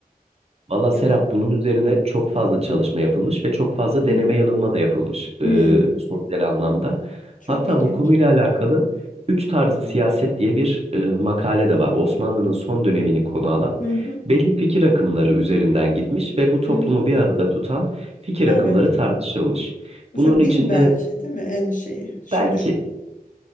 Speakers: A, on the right; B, on the left.
A: Valla
B: Ya
A: Serap
B: da
A: bunun üzerine çok fazla çalışma yapılmış ve çok fazla deneme
B: hı hı.
A: yanılma da yapılmış
B: Hmm,
A: e, sosyal anlamda.
B: çok
A: Hatta
B: ilginç.
A: bu konuyla alakalı Üç Tarzı Siyaset diye bir e, makale de var. Osmanlı'nın son dönemini konu alan
B: Hı hı,
A: belli fikir akımları üzerinden gitmiş ve bu toplumu
B: hı hı.
A: bir arada tutan fikir
B: Evet.
A: akımları tartışılmış.
B: Mesela
A: Bunun içinde
B: din belki değil mi en şeyi? Şimdi
A: belki
B: düşün.